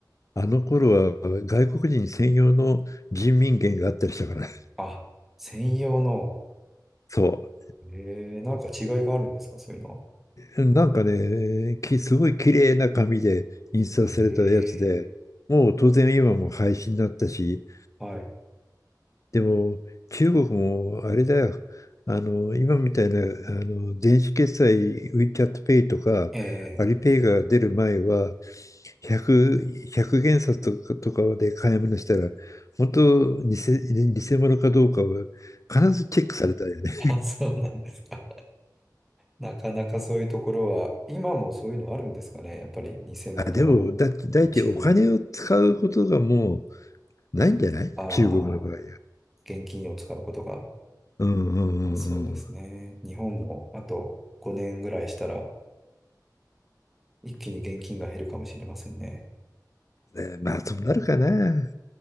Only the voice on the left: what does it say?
あの頃は外国人専用の人民元があったりしたから。
そう。
なんかね、きすごい綺麗な紙で印刷されたやつで、
もう当然今も廃止になったし、
でも中国もあれだよ、あの今みたいなあの電子決済 WeChat Pay とかアリペイが出る前は
100、1元札とか、とかで買い物したら、本当偽、偽物かどうかは必ずチェックされたよね。
あ、でもだ、だいいちお金を使うことがも
う、ないんじゃない中国の場合は。
うんうんうん
うん。ねまあ、そうなるかな。